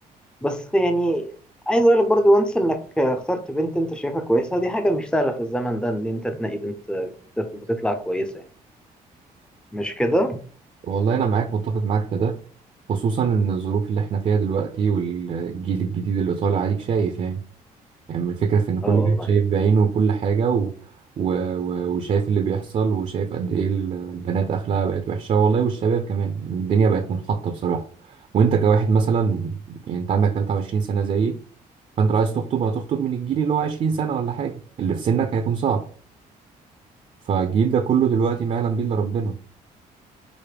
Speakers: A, in the centre; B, on the right.
A: بس يعني عايز اقول لك برضو وانس انك اخترت بنت انت شايفها كويسه دي حاجه مش سهله في الزمن ده ان انت تنقي بنت تط- بتطلع كويسه يعني مش كده
B: والله انا معاك متفق معاك في ده خصوصا ان الظروف اللي احنا فيها دلوقتي والجيل الجديد اللي طالع عليك شايف يعني يعني الفكره في ان كل
A: اه والله
B: واحد شايف بعينه وكل حاجه و... و... و... وشايف اللي بيحصل وشايف قد ايه ال- البنات اخلاقها بقت وحشه والله والشباب كمان الدنيا بقت منحطه بصراحه وانت كواحد مثلا يعني انت عندك 23 سنه زيي فانت لو عايز تخطب هتخطب من الجيل اللي هو 20 سنة ولا حاجة اللي في سنك هيكون صعب فالجيل ده كله دلوقتي ما يعلم بيه الا ربنا